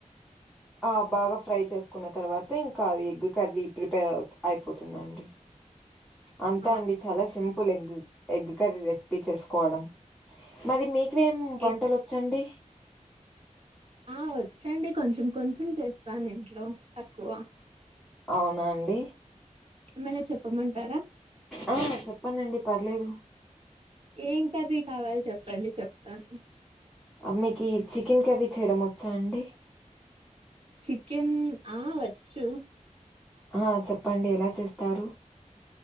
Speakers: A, in the centre; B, on the right (about 45°).
A: ఆ బాగా ఫ్రై చేసుకున్న తర్వాత ఇంకా ఎగ్ కర్రీ ప్రిపేర్ అయిపోతుందండి అంతే
B: ఆ!
A: అండి చాలా
B: సరే
A: simple egg egg curry recipe చేసుకోవడం మరి మీకు ఏం వంటలు
B: ఎగ్
A: వచ్చండి
B: ఆ వచ్చండి కొంచెం కొంచెం చేస్తాను ఇంట్లో తక్కువ
A: అవునా అండి
B: ఏమైనా చెప్పమంటారా
A: ఆ చెప్పండి అండి పర్లేదు
B: ఏం కర్రీ కావాలి చెప్పండి చెప్తాను
A: ఆ మీకి చికెన్ కర్రీ చేయడం వచ్చా అండి
B: చికెన్ ఆ వచ్చు
A: హ చెప్పండి ఎలా చేస్తారు